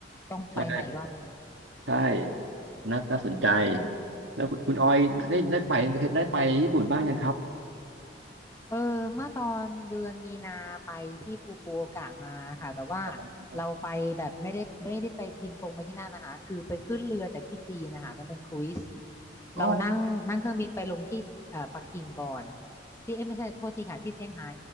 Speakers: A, on the left; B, on the right.
A: ต้องไปใหม่อีกรอบหนึ่ง
B: ใช่ใช่นะาน่าสนใจแล้วคุณคุณออยได้ได้ไปได้ไปญี่ปุ่นบ้างยังครับ
A: ค่ะเออเมื่อตอนเดือนมีนาไปที่ฟุกุโอกะมาค่ะแต่ว่า
B: อ๋อ
A: เราไปแบบไม่ได้ไม่ได้ไปบินตรงไปที่นั่นนะคะคือไปขึ้นเรือจากที่จีนนะคะมันเป็นครูซ
B: อ๋อ
A: เรานั่งนั่งเครื่องบินไปลงที่เอ่อปักกิ่งก่อนที่เอ้ยไม่ใช่โทษทีค่ะที่เซี่ยงไฮ้